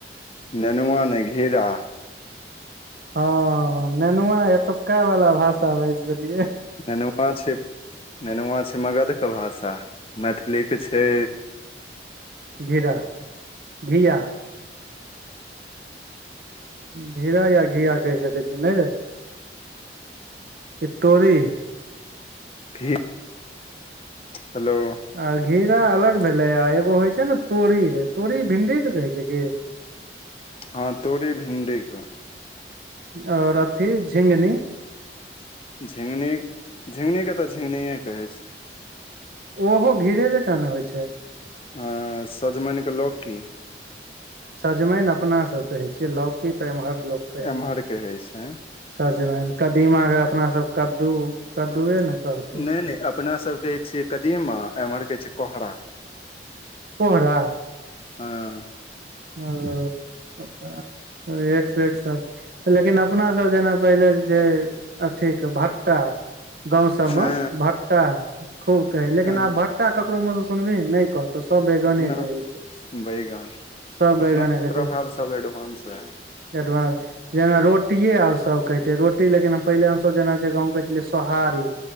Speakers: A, on the left; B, on the right.
A: ननुआ नै घीरा
B: हँ नेनुआ एतुक्का वाला भाषा बाजि दलियै
A: नेनुआ छै नेनुआ छै मगधके भाषा मैथिलीक छै
B: घीरा धीया घीरा या घिया कहि सकै छी नै रे की तोरी
A: घी हेलो
B: आ घीरा अलग भेलै आ एगो होइ छै ने तोरी रे तोरी भिंडी के कहै छै की
A: हँ तोरी भिण्डी केँ
B: आओर अथि झिंगनी
A: झिंगनी झिंगनी केँ तऽ झिंगनीये कहै छै
B: ओहो घीरे जकाँ ने होइ छै
A: हँ सजमनिकेँ लोकी
B: सजमनि अपना सब कहै छियै लौकी तऽ ईम्हर लोक
A: एम्हर कहइ छै
B: सजमैन कदीमा के अपना सब कद्दू -कद्दूए न कहतै
A: नैय -नैय अपना सब के छीयै कदीमा एम्हर कहै छै कोहरा
B: कोहरा
A: हँ
B: ओ एक से एक सरत छै लेकिन अपनासब जेना पहिले जेछै अथीके भट्टा गाँंव सबमे
A: हँ
B: भट्ट ट्टा खूब कहै लेकिन
A: हँ
B: आब भट्टा ककरो मुहसँ सुनबही नै कहतौ सब बैगने
A: न
B: कहै छै
A: बैगन
B: सब बैगने
A: अपनोसब
B: कहै
A: प्रभाव
B: छै
A: स एडवान्स रहै
B: <unintelligible> जेना रोटिये आब सब कहै छै रोटी लेकिन पहिले हम सब जेना छैय गाँव मे कहै छेलियै सोहारी